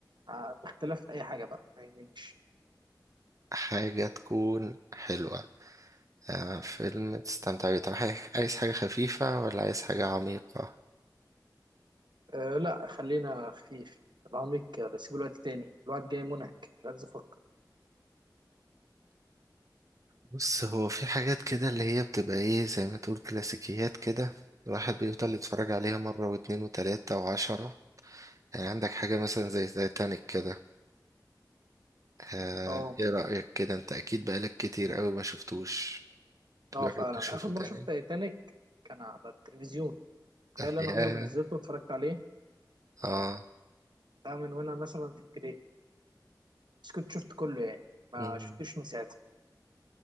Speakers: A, on the right; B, on the right.
A: آه، باختلاف اي حاجه بقى ما يهمنيش
B: حاجة تكون حلوة آه فيلم تستمتع بيه طب حاجة- عايز حاجة خفيفة ولا عايز حاجة عميقة
A: أه لا خلينا خفيف العميق آه، سيب الوقت تاني الوقت جاي منهك مش عايز افكر
B: بص هو في حاجات كده اللي هي بتبقى إيه زي ما تقول كلاسيكيات كده الواحد بيفضل يتفرج عليها مرة واتنين وتلاتة وعشرة يعني عندك حاجة مثلا زي تايتانيك كده آه،
A: اه
B: ايه رأيك كده انت اكيد بقالك كتير قوي ما شفتوش تجرب
A: اه فعلا
B: تشوفه
A: اخر مره
B: تاني
A: شفت تايتانيك كان على التلفزيون تخيل
B: أحياها
A: انا عمري ما نزلته واتفرجت عليه اه
B: اه
A: ده من وانا مثلا في ابتدائي بس كنت شفت كله يعني ما
B: مم.
A: شفتوش من ساعتها